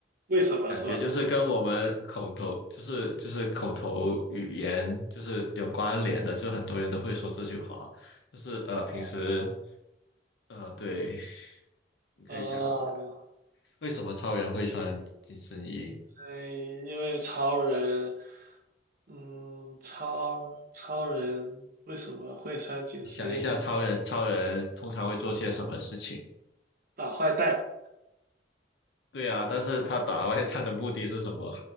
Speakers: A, on the right; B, on the left.
A: 为什么是吧？
B: 感觉就是跟我们口头，就是就是口头语言，就是有关联的，就很多人都会说这句话。就是呃，
A: 哦，
B: 平时呃，对，你可以想一下，
A: 啊，
B: 为什么超人会穿紧身衣？
A: 所以因为超人，嗯，超超人为什么会穿紧身衣
B: 你想一下，超人超人通常会做些什么事情？
A: 打坏蛋？
B: 对啊，但是他打外探的目的是什么？